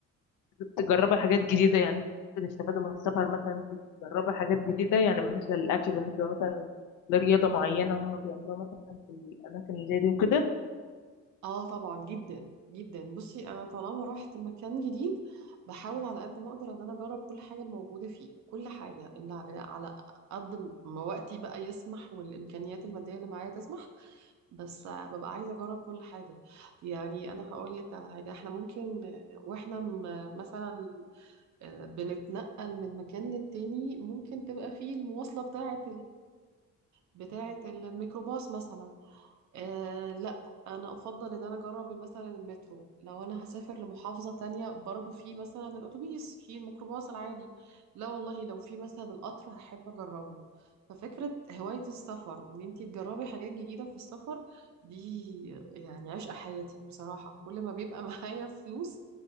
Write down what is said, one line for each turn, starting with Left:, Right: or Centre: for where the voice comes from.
Left: أنت تجربي حاجات جديدة يعني أنت بتحب تستفادي من السفر مثلا أنت تجربي حاجات جديدة يعني بالنسبة للأكل بالنسبة مثلا لرياضة معينة هم بيعملوها مثلا في الأماكن اللي زي دي وكده
Right: اه طبعا جدا جدا بصي انا طالما رحت مكان جديد بحاول على قد ما اقدر ان انا اجرب كل حاجة موجودة فيه كل حاجة اللي ع- على قد ما وقتي بقى يسمح والامكانيات المادية اللي معايا تسمح بس ببقى عايزة اجرب كل حاجة يعني انا هقول لك على حاجة احنا ممكن آه، واحنا م- مثلا آه، بنتنقل من مكان للتاني ممكن تبقى فيه المواصلة بتاعة بتاعة الميكروباص مثلا آه لا انا افضل ان انا اجرب مثلا المترو لو انا هسافر لمحافظة تانية برضو في مثلا الاتوبيس في الميكروباص العادي لا والله لو في مثلا القطر هحب اجربه ففكرة هواية السفر وان انتي تجربي حاجات جديدة في السفر دي يعني عشق حياتي بصراحة كل ما بيبقى <laughs> معايا فلوس